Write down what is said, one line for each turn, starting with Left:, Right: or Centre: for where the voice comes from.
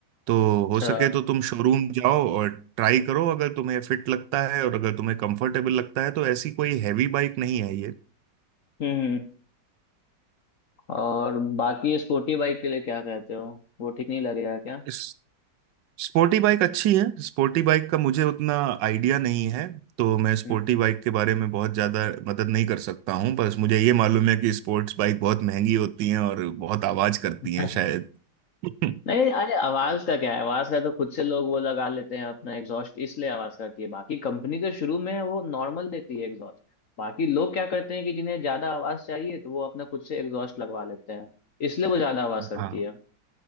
Right: तो
Left: अच्छा
Right: हो सके तो तुम शोरूम जाओ और ट्राई करो अगर तुम्हें फिट लगता है और अगर तुम्हें कंफर्टेबल लगता है तो ऐसी कोई हैवी बाइक नहीं है
Left: हम्म हम्म और बाकी स्पोर्टी बाइक के लिए क्या कहते हो वो ठीक नहीं लगेगा क्या
Right: ये स्पोर्टी बाइक अच्छी है स्पोर्टी बाइक का मुझे उतना आइडिया नहीं है तो मैं स्पोर्टी
Left: हम्म हम्म।
Right: बाइक के बारे में बहुत ज़्यादा मदद नहीं कर सकता हूँ बस मुझे ये मालूम है कि स्पोर्ट्स बाइक बहुत महंगी होती हैं और बहुत आवाज़ करती हैं
Left: <laughs>
Right: शायद <laughs>
Left: नहीं अरे आवाज का क्या है आवाज का तो खुद से लोग वो लगा लेते हैं अपना एग्जॉस्ट इसलिए आवाज करती है बाकी कंपनी तो शुरू में वो नॉर्मल देती है एग्जॉस्ट बाकी लोग क्या करते हैं कि जिन्हें ज्यादा आवाज चाहिए तो वो अपना खुद से एग्जॉस्ट लगवा लेते हैं इसलिए वो ज्यादा आवाज करती
Right: हाँ
Left: है